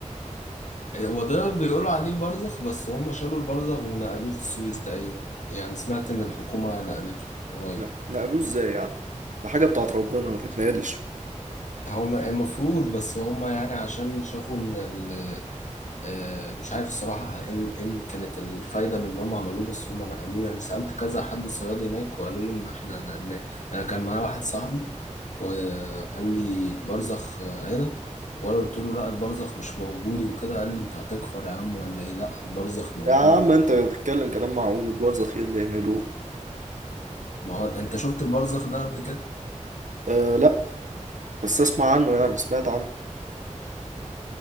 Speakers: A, on the left; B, on the right.
A: هو ده بيقولوا عليه برزخ بس هم شالوا البرزخ ونقلوه في السويس تقريبا يعني سمعت إن الحكومة نقلته قريب
B: لا نقلوه ازاي يا عم ده حاجة بتاعت ربنا ما تتنقلش
A: هما المفروض بس هما يعني عشان شافوا إن ال... آه، مش عارف الصراحة ايه ال- إيه اللي كانت الفايدة من اللي هم عملوه بس هم نقلوه يعني سألت كذا حد صياد هناك وقالوا لي إن إحنا نقلناه يعني كان معايا واحد صاحبي وقال لي برزخ آه، هنا وأنا قلت له لا البرزخ مش موجود وكده قال لي أنت هتكفر يا عم ولا إيه لا البرزخ موجود
B: يا عم انت بتتكلم كلام معقول برزة خير اللي ينقلوه
A: ما هو أنت شفت البرزخ ده قبل كده
B: أه لا بس اسمع عنه يعني سمعت عنه